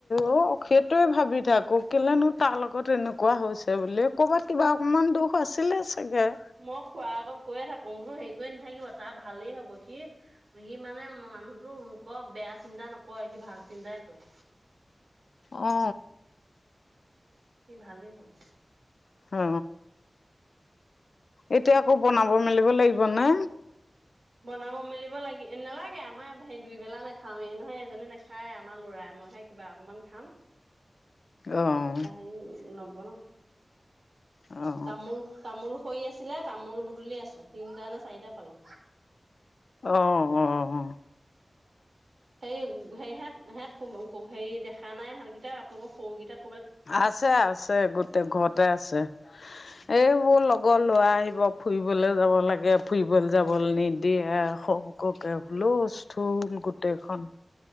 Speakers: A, on the left; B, on the right.
A: অ সেইটোৱে ভাবি থাকো কেলেনো তাৰ লগত এনেক। কোৱো হৈছে বুলি ক'ৰবাত কিবা অকণমান দোখ আছিলে চাগে।
B: মই খুৰাৰ আগত কৈয়ে থাকো বোলো হেৰি কৰি নাথাকিব তাৰ ভালেই হ'ব সি। সি মানে মানুহটো লোকৰ বেয়া চিন্তা নকৰে সি ভাল চিন্তাই কৰে।
A: অ।
B: সি ভালেই হ'ব।
A: অ এতিয়া আকৌ বনাব মেলিব লাগিব না।
B: বনাব মেলিব লাগি নালাগে আমাৰ সেই দুইবেলা নাখাওৱে নহয় এজনে নাখায় আমাৰ লৰাই মইহে। কিবা অকণমান খাম।
A: অ'
B: বা সেই নবনাও।
A: অ'
B: তামোল তামোল সৰি আছিলে তামোল বুটলি আছো তিনটা নে চাৰিটা পালো।
A: অ অ অ অ।
B: সেৰি হেৰিহ সিহঁত হেৰি দেখা নাই সহঁতকেইটা আপোনালোকৰ সৰুকেইটাক।
A: আছে আছে গোটেই ঘৰতে আছে।
B: অ অ
A: এই মোৰ লগৰ ল'ৰা আহিব ফুৰিবলৈ যাব লাগে ফুৰিবলৈ যাবলৈ নিদিয়ে আকৌ। ককে হুলুষ্ঠল গোটেইখন।